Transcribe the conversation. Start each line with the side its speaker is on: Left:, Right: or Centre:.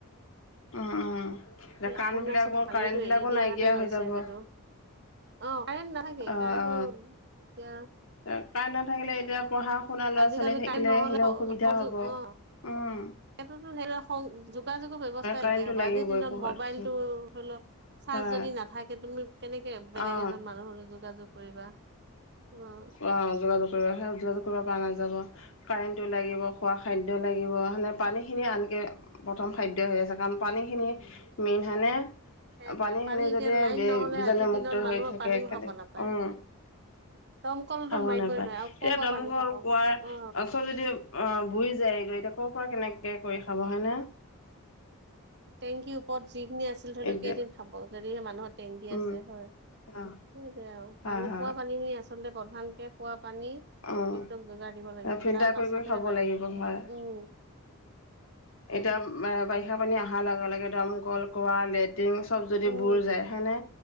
Left: উম উম
Right: সেই
Left: কাৰেণ্ট
Right: অৰুণাচলত
Left: বিলাকৰ
Right: পানীটো
Left: কাৰেণ্ট বিলাকো
Right: এৰি দিয়া
Left: নাইকিয়া
Right: কাৰণে হৈছে
Left: হৈ যাব
Right: হয়টো।
Left: অ
Right: অঁ', - কাৰেণ্ট নাথাকে।
Left: অ
Right: কাৰেণটো এতিয়া
Left: কাৰেণ্ট নাথাকিলে এতিয়া পঢ়া। সুনা ল'ৰা-ছোৱালী
Right: আজিকালি
Left: থাকিলে
Right: কাৰেণ্ট নহ'লে
Left: সেনেকৈ অসুবিধা
Right: সংযোগ
Left: হ'ব,
Right: অ
Left: উমঁ।
Right: সেইটোতো, সেইটো যোগা-যোগ অব্যৱস্থা নাকিয়া
Left: কাৰেণ্টটো
Right: হ'ব,
Left: লাগিবই
Right: আজিৰ দিনত
Left: পোহৰত
Right: মোবাইলটো ধৰি লওক- চাৰ্জ
Left: অ
Right: যদি নাথাকে তুমি কেনেকে বেলেগ
Left: অ
Right: এজন মানুহ'লে যোগাযোগ কৰিবা? উম।
Left: অঁ', যোগাযোগ কৰিব, সেই যোগাযোগ কৰিব পৰা নাযাব, কাৰেণ্টটো
Right: অ
Left: লাগিব, খোৱা খাদ্য লাগিব সেনে- পানীখিনি আনকে প্ৰথম খাদ্য হৈ আছে, কাৰণ পানীখিনি মেইন হয়নে?
Right: সেইটোৱে
Left: পানীখিনি
Right: পানী এতিয়া
Left: যদি
Right: লাইন নহলে
Left: বীজাণু
Right: আজিৰ দিনত
Left: মুক্ত
Right: মানুহে
Left: হৈ থাকে,
Right: পানীও খাব নাপায়
Left: উমঁ।
Right: দমকলটোত
Left: খাব
Right: মাৰিবই
Left: নাপায়।
Right: নোৱাৰে আৰু ক'ৰ
Left: এতিয়া
Right: পৰা
Left: দমকল,
Right: পানী খাব
Left: কুৱাবোৰ-
Right: বা অ
Left: যদি অঁ' বুৰি যায় গৈ এতিয়া ক'ৰ পৰা কেনেকে কৰি খাব হয় নে।
Right: টেংকিৰ ওপৰত যিখিনি আছিল ধৰি লওঁক
Left: এতিয়া
Right: কেইদিন খাব যদিহে মানুহৰ টেংকি
Left: উম,
Right: আছে হয়। সেইটোৱেই
Left: অ',
Right: আৰু।
Left: হয়,
Right: পানী
Left: হয়,
Right: খোৱা পানীখিনি আচলতে প্ৰধানকে খোৱা পানী
Left: অঁহ',
Right: একদম যোগাৰ দিব লাগিছিল
Left: - ফিল্টাৰ
Right: তাৰ পাছতহে
Left: কৰি-কৰি খাব
Right: লাগে
Left: লাগিব হয়।
Right: উম
Left: এতিয়া বাৰিষা পানী অহাৰ লগে-লগে দমকল, কুঁৱা, লেটি- টিংবোৰ চব যদি
Right: উম
Left: বুইছ যায় হয় নে,